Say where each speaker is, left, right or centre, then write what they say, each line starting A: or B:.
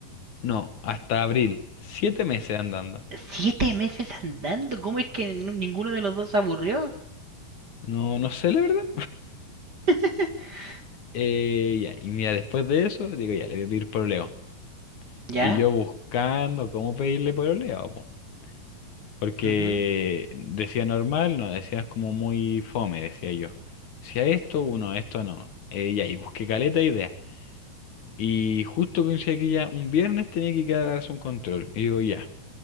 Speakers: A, on the left (about 55°); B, on the right (about 35°).
A: no, hasta abril. Siete meses andando.
B: Siete meses andando, ¿cómo es que nu- ninguno de los dos se aburrió?
A: No, no sé la verdad.
B: <laughs>
A: Eh, ya, y mira, después de eso, digo, ya, le voy a pedir pololeo.
B: ¿Ya?
A: Y yo buscando cómo pedirle pololeo, po. Porque
B: Ujú.
A: decía normal, no, decías como muy fome, decía yo. Decía esto, uno, esto no. Eh, ya, y busqué caleta de idea. Y justo coincidía que ya un viernes tenía que ir a darse un control. Y digo, ya,